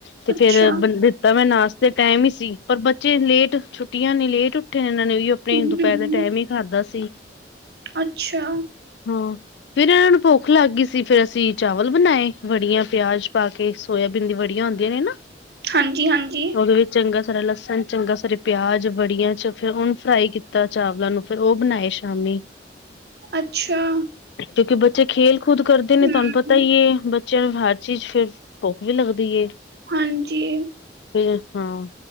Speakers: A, on the left; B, on the right.
A: ਤੇ
B: ਅੱਛਾ
A: ਫੇਰ ਤਾਂ ਮੈਂ ਨਾਸ਼ਤੇ ਦੇ ਟਾਈਮ ਹੀ ਸੀ, ਪਰ ਬੱਚੇ ਲੇਟ ਛੁੱਟੀਆਂ ਨੇ ਲੇਟ ਉੱਠੇ ਨੇ ਇਹਨਾਂ ਨੇ ਯੂ ਪੇ
B: ਹਮ
A: ਨੇ ਦੁਪਹਿਰ
B: ਹਮ
A: ਦੇ ਟਾਈਮ ਹੀ ਖਾਧਾ ਸੀ।
B: ਅੱਛਾ।
A: ਹਾਂ ਫਿਰ ਇਹਨਾਂ ਨੂੰ ਭੁੱਖ ਲੱਗ ਗਈ। ਸੀ, ਫਿਰ ਅਸੀਂ ਚਾਵਲ ਬਣਾਏ ਵੜੀਆਂ ਪਿਆਜ ਪਾ ਕੇ ਸੋਇਬੀਨ ਦੀ ਵੜੀਆਂ ਹੁੰਦੀਆਂ ਨੇ ਨਾ।
B: ਹਾਂਜੀ ਹਾਂਜੀ।
A: ਉਹਦੇ ਵਿੱਚ ਚੰਗਾ ਸਾਰਾ ਲਸਣ, ਚੰਗਾ ਸਾਰੇ ਪਿਆਜ ਬੜੀਆਂ ਚ ਫਿਰ ਹੁਣ ਫਰਾਈ ਕੀਤਾ ਚਾਵਲਾਂ ਨੂੰ। ਫੇਰ ਉਹ ਬਣਾਏ ਸ਼ਾਮੀ।
B: ਅੱਛਾ।
A: ਕਿਉਂਕਿ ਬੱਚੇ ਖੇਲ ਕੂਦ ਕਰਦੇ ਨੇ
B: ਹਮ
A: ਤੁਹਾਨੂੰ ਪਤਾ ਹੀ ਹੈ। ਚਲ ਹਰ ਚੀਜ਼ ਫੇਰ ਭੁੱਖ ਵੀ ਲੱਗਦੀ ਏ
B: ਹਾਂਜੀ।
A: ਫੇਰ ਹਾਂ।